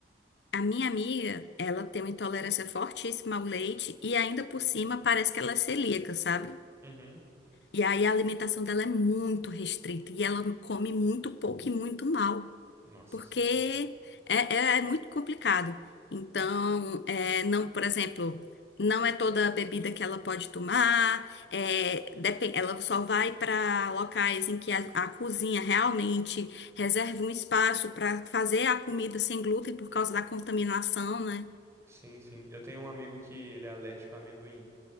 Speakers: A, on the left (about 70°); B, on the right (about 15°).
A: A minha amiga, ela tem uma intolerância fortíssima ao leite e ainda por cima parece que ela é celíaca, sabe?
B: Uhum.
A: E aí a alimentação dela é muito restrita e ela come muito pouco e muito mal.
B: Nossa
A: porque
B: senhora.
A: é, é- é muito complicado. Então, é, não, por exemplo, não é toda a bebida que ela pode tomar, é, depen- ela só vai para locais em que a, a cozinha realmente reserve um espaço para fazer a comida sem glúten por causa da contaminação, né?
B: Sim, sim. Eu tenho um amigo que ele é alérgico a amendoim.